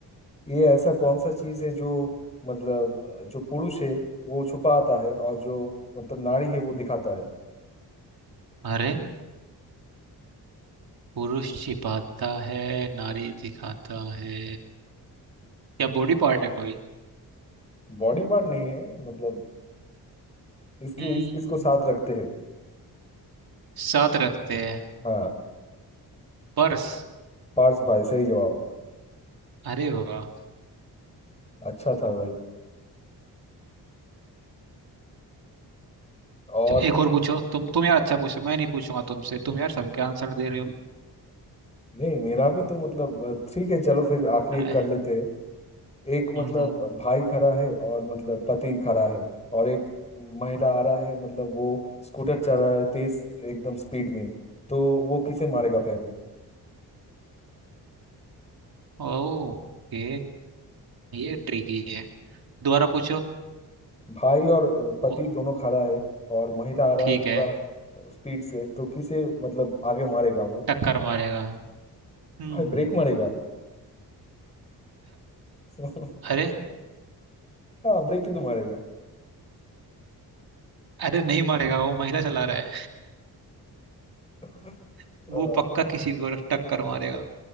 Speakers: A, on the left (about 15°); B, on the right (about 60°).
A: ये ऐसा कौन सा चीज है जो मतलब जो पुरुष है वो छुपाता है और जो मतलब नारी है वो दिखाता है
B: अरे पुरुष छिपाता है नारी दिखाता है क्या बॉडी पार्ट है कोई
A: बॉडी पार्ट नहीं है मतलब इसके
B: हम्म
A: इस, इसको साथ रखते हैं
B: साथ रखते हैं
A: हाँ
B: पर्स
A: पार्स भाई सही जवाब
B: अरे वाह
A: अच्छा था भाई और
B: चलो, एक और पूछो तुम तुम यार अच्छा पूछो मैं नहीं पूछूंगा तुमसे तुम यार सबके आंसर दे रहे हो
A: नहीं मेरा भी तो मतलब अ, ठीक है चलो फिर आखिरी
B: आए,
A: एक कर लेते हैं एक मतलब
B: हम्म हम्म
A: भाई खड़ा है और मतलब पति खड़ा है और एक महिला आ रहा है मतलब वो स्कूटर चला रहा है तेज एकदम स्पीड में तो वो किसे मारेगा पहले
B: ओके ये ट्रिकी है दोबारा पूछो
A: भाई और अ, पति
B: ओ
A: दोनों खड़ा है और महिला आ रहा
B: ठीक
A: है पूरा
B: है
A: स्पीड से तो किसे मतलब आगे मारेगा वो
B: टक्कर मारेगा हम्म
A: भाई ब्रेक मारेगा <laughs>
B: <laughs> अरे
A: हाँ ब्रेक ही तो मारेगा
B: अरे नहीं मारेगा वो महिला चला रहा है
A: <laughs>
B: <laughs> वो पक्का
A: आ,
B: किसी को टक्कर मारेगा